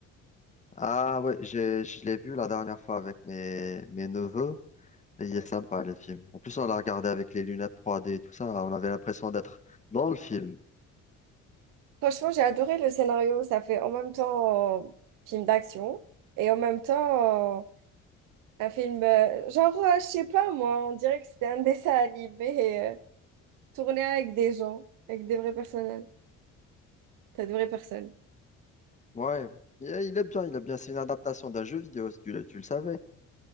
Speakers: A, on the left; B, on the right.
A: Ah ouais, j'ai, je l'ai vu la dernière fois avec mes, mes neveux, et il est sympa le film. En plus, on l'a regardé avec les lunettes 3D et tout ça, on avait l'impression d'être dans le film.
B: Franchement, j'ai adoré le scénario. Ça fait en même temps euh, film d'action et en même temps euh, un film, euh, genre, euh, je sais pas moi, on dirait que c'était un dessin animé euh, tourné avec des gens, avec des vrais personnages. T'as de vraies personnes.
A: Ouais, il est il est bien, il est bien, c'est une adaptation d'un jeu vidéo, si tu le, tu le savais.